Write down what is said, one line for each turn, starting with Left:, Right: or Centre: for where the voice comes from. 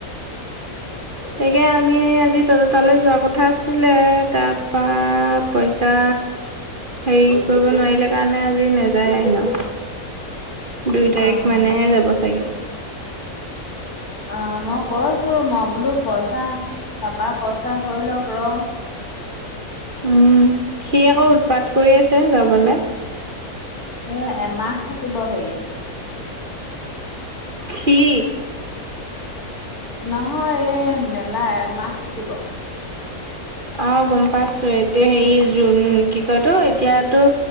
Right: তাকে আমি আজি তহঁতৰ তালৈ যোৱা কথা কথা আছিলে, তাৰ পৰা পইচা হেৰি কৰিব নোৱাৰিলে কাৰণে আজি নাযায় হেনো। দুই তাৰিখ
Left: অহ
Right: মানেহে যাব চাগে।
Left: অ', মই কৈছোঁ, মই বোলো পইচা, পাপা পইচা হই লওক ৰ।
Right: উম্, সি আকৌ উৎপাত কৰি আছে যাবলৈ।
Left: এ, এমাহ থাকিব হেৰি।
Right: কি।
Left: নহয় এ, মেলা এমাহ থাকিব।
Right: অ', গম পাইছোঁ, এতিয়া হেৰি জুন কি কয় এইতো এতিয়াতো